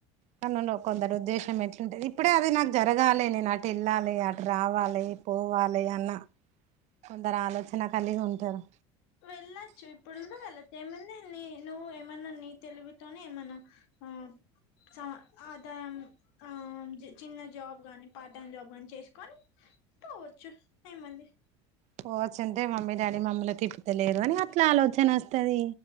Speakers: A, on the right; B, on the left.
A: కనున్నవ్ కొందరు ఉద్దేశం ఎట్లుంది ఇప్పుడే అది నాకు జరగాలే నేను అటు వెళ్లాలే అటు రావాలే పోవలే అన్న కొందరు ఆలోచన కలిగి ఉంటారు
B: వెల్ ళ్ళొచ్చు ఇప్పుడు కూడా వెళ్ళచ్చు ఏముంది నీ నువ్వు ఏమన్నా నీ తెలీవితోనే ఏమన్నా ఆ స అద ఆ చిన్న జాబ్ గాని పార్ట్ టైమ్ జాబ్ గాని చేసుకొని పోవచ్చు ఏముంది
A: పోవచ్చు అంటే మమ్మీ డాడీ మమ్మలని తిప్పుతలేరు అని అట్లా ఆలోచన వస్తది